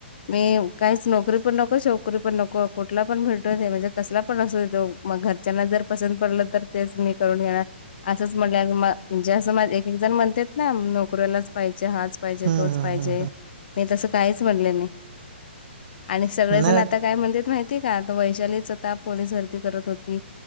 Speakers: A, on the left; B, on the right.
A: मी कायच नोकरी पण नव्ह छोकरी पण नको. कुठला पण भेटू दे म्हणजे कसला पण असु दे तो मग घरच्यांना जर पसंत पडलं तर तेच मी करून घेणार. असंच मघ्याग म म्हणजे असं माझे एक एक जण म्हणत्यात ना, नोकरीवालाच पाहिजे हाच पाहिजे
B: हम्म
A: तोच
B: हम्म
A: पाहिजे
B: हम्म
A: मी तसं काहीच म्हणले नाही. आणि सगळेजण
B: हम्म नाही
A: आता काय म्हणतेत माहिती का? त वैशालीच आता पोलीस भरती करत होती.